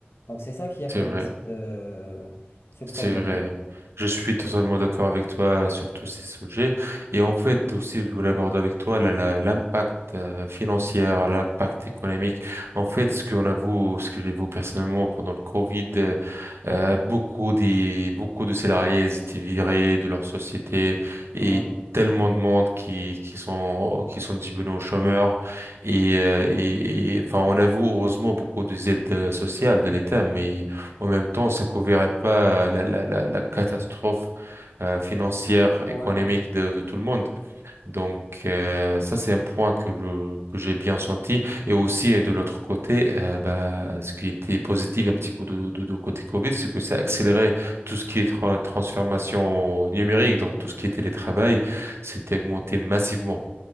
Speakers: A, on the left (about 70°); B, on the right (about 85°).
A: Donc, c'est ça qui a
B: C'est
A: causé
B: vrai.
A: cette, euh, ce problème-là.
B: C'est vrai. Je suis totalement d'accord avec toi sur tous ces sujets. Et en fait, aussi, je voulais aborder avec toi la- la- l'impact euh, financier, l'impact économique. En fait, ce qu'on a vu, ce que j'ai vu personnellement pendant le Covid, euh, euh, beaucoup des, beaucoup de salariés étaient virés de leur société
A: Ouais,
B: et tellement de monde qui, qui sont, qui sont devenus chômeurs. Et, euh, et, et, enfin, on a vu, heureusement, beaucoup des aides euh, sociales de l'État, mais en même temps, ça couvrirait pas la, la, la, la catastrophe euh, financière,
A: ouais,
B: économique de, de tout le monde. Donc, euh, ça, c'est un point que je- que j'ai bien senti. Et aussi, euh, de l'autre côté, euh, bah, ce qui était positif un petit peu de, de, de côté Covid, c'est que ça accélérait tout ce qui est tra- transformation numérique, donc tout ce qui est télétravail, c'était augmenté massivement.